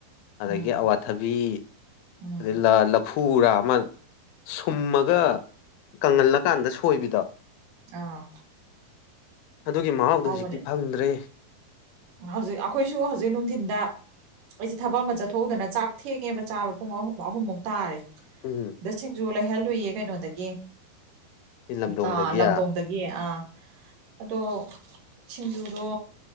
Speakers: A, on the left; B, on the right.
A: ꯑꯗꯒꯤ
B: ꯎꯝ
A: ꯑꯋꯥꯊꯕꯤ
B: ꯎꯝ
A: ꯑꯩ ꯂꯐꯔꯥ ꯑꯃ ꯁꯨꯝꯃꯒ ꯀꯪꯍꯜꯂꯀꯥꯟꯗ ꯁꯣꯏꯕꯤꯗꯣ
B: ꯑꯥ
A: ꯑꯗꯨꯒꯤ ꯃꯍꯥꯎꯗꯣ
B: ꯍꯥꯎꯕꯅꯦ
A: ꯍꯧꯖꯤꯛꯇꯤ ꯐꯪꯗ꯭ꯔꯦ
B: ꯍꯧꯖꯤꯛ ꯑꯩꯈꯣꯏꯁꯨ ꯍꯧꯖꯤꯛ ꯅꯨꯡꯊꯤꯤꯟꯗ ꯑꯩꯁꯦ ꯊꯕꯛ ꯑꯃ ꯆꯠꯊꯣꯛꯎꯗꯅ ꯆꯥꯛ ꯊꯦꯡꯉꯦꯕ ꯆꯥꯕ ꯄꯨꯡꯍꯨꯝ ꯑꯍꯨꯝꯃꯨꯛ ꯇꯥꯔꯦ
A: ꯎꯝ
B: ꯗ ꯁꯤꯡꯖꯨ ꯂꯩꯍꯜꯂꯨꯏꯌꯦ ꯀꯩꯅꯣꯗꯒꯤ
A: ꯁꯤ ꯂꯝꯗꯣꯡꯗꯒꯤ
B: ꯑꯥ ꯂꯝꯗꯣꯡꯗꯒꯤ ꯑꯥ ꯑꯗꯣ ꯁꯤꯡꯖꯨꯗꯣ